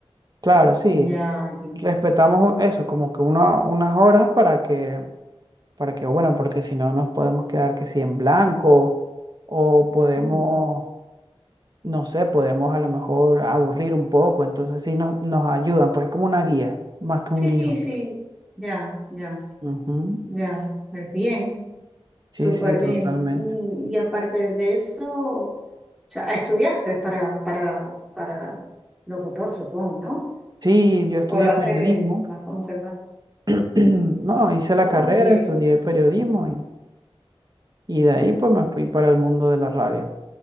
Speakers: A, on the right (about 40°); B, in the centre.
A: claro, sí.
B: Ya, ya.
A: Respetamos u- eso, como que una- unas horas para que, para que, bueno, porque si no nos podemos quedar que si en blanco o podemos
B: Mm.
A: no sé, podemos a lo mejor aburrir un poco, entonces sí nos, nos ayudan, pues es como una guía, más que
B: Sí,
A: un guión.
B: sí, ya, ya,
A: Ujú.
B: ya. Pues bien, súper
A: Sí, sí, totalmente.
B: bien. Y, y aparte de eso, o sea, estudiaste para, para, para locutor, supongo, ¿no?
A: Sí, yo estudié
B: O lo hace
A: periodismo,
B: más como tema
A: <clears throat> no, hice la
B: Oh,
A: carrera,
B: bien.
A: estudié periodismo y, y de ahí pues me fui para el mundo de la radio.